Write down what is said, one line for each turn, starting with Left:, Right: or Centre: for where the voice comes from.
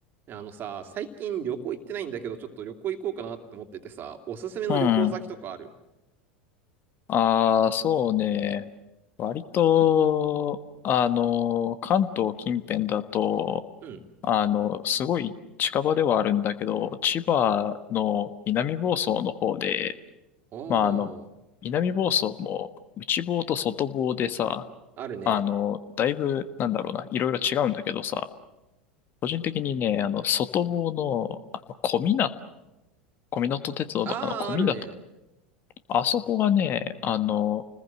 Right: あのさ、最近旅行行ってないんだけど、ちょっと旅行行こうかなって思っててさ、おすすめの旅行先とかある
Left: うん。ああ、そうね。割と、あの、関東近辺だと、
Right: うん。
Left: あの、すごい近場ではあるんだけど、千葉の南房総の方で、
Right: お
Left: まあ、あの、
Right: ー、
Left: 南房総も内房と外房でさ、
Right: あるね。
Left: あの、だいぶ、なんだろうな、いろいろ違うんだけどさ、個人的にね、あの、外房の、あの、小湊、小湊鉄道とかの小湊
Right: あー、あるね。
Left: あそこがね、あの、